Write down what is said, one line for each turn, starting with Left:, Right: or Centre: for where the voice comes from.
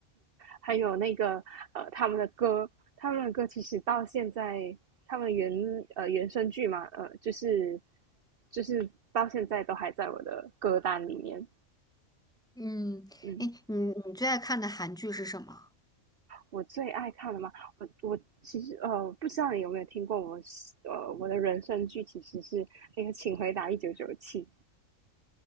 Right: 还有那个呃他们的歌，他们的歌其实到现在，他们原呃原声剧嘛，呃就是就是到现在都还在我的歌单里面。
Centre: 嗯，
Right: 嗯，
Centre: 哎，你你最爱看的韩剧是什么？
Right: 我最爱看的嘛，我我其实呃不知道你有没有听过我呃我的人生剧其实是那个《请回答一九九七》